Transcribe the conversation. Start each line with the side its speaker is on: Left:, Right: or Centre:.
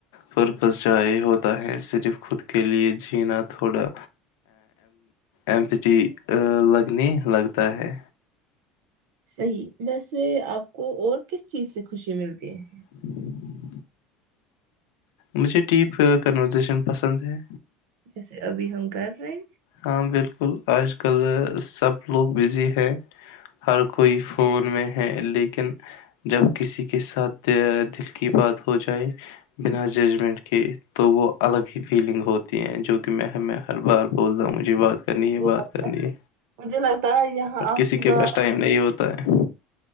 Left: پرپز چاہے ہوتا ہے صرف خود کے لیے جینا تھوڑا ایمپٹی لگنے لگتا ہے
Right: صحی ویسے آپ کو اور کس چیز سے خوشی ملتی ہے
Left: <unintelligible> مجھے ٹیپ کنورزیشن پسند ہے
Right: جیسے ابھی ہم کر رہے ہیں
Left: ہاں بالکل آج کل سب لوگ بزی ہے ہر کوئی فون میں ہے لیکن جب کسی کے ساتھ دل کی بات ہو جائے بنا ججمنٹ کے تو وہ الگ ہی فیلنگ ہوتی ہیں جو کہ میں ہمیں ہر بار بولتا ہوں مجھے بات کرنی ہے
Right: مجھے
Left: بات کرنی ہے
Right: لگ- مجھے لگتا ہے یہاں
Left: پر
Right: آپ
Left: کسی
Right: کی
Left: کے
Right: بات
Left: پاس ٹائم نہیں ہوتا ہے